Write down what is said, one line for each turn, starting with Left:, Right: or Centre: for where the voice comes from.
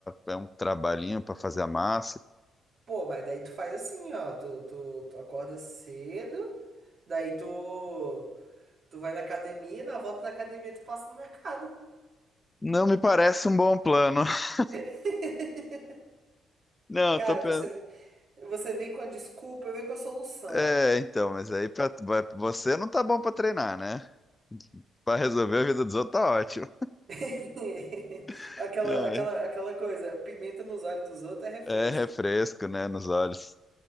Left: É um trabalhinho pra fazer a massa.
Right: Pô, mas daí tu faz assim, ó. Tu, tu, tu acorda cedo, daí tu, tu vai na academia, na volta da academia tu passa no mercado.
Left: Não me parece um bom plano. <laughs>
Right: <laughs>
Left: Não,
Right: Cara,
Left: eu tô pensando.
Right: você, você vem com a desculpa, eu venho com a solução.
Left: É, então, mas aí pra... vai- você não tá bom pra treinar, né? Pra resolver a vida dos outros tá ótimo.
Right: <laughs>
Left: <laughs>
Right: Aquela,
Left: Não,
Right: aquela,
Left: é,
Right: aquela coisa, pimenta nos olhos dos outros é refresco.
Left: é refresco, né, nos olhos.